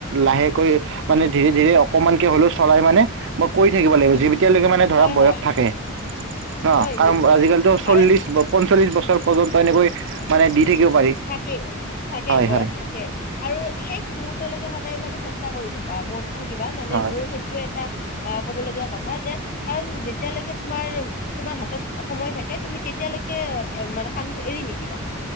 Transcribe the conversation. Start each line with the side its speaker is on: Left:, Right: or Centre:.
Right: লাহেকৈ- মানে ধীৰে ধীৰে অকমানকে হ'লেও চলাই মানে মই কৰি থাকিব লাগিব যেতিয়ালৈকে মানে ধৰা
Left: হয়
Right: বয়স
Left: হয়
Right: থাকে। ন
Left: হয়
Right: কাৰণ
Left: নিশ্চয়
Right: আজিকালিতো চল্লিশ
Left: কাৰণ
Right: পঞ্চল্লিশ বছৰ পৰ্যন্ত এনেকৈ মানে দি থাকিব পাৰি।
Left: থাকে থাকে
Right: হয়
Left: বয়স
Right: হয়
Left: থা কে আৰু শেষ মহৰ্তলৈকে সদায় মানে চেষ্টা কৰি থাকা ম থাকিবা মানে
Right: হয়
Left: মোৰ টো এটা আহ ক'ব লগীয়া কথা যে কাৰণ যেতিয়ালৈকে তোমাৰ তোমাৰ হাতত সময় থাকে তুমি তেতিয়ালৈকে মানে কামটো এৰি নিদিবা।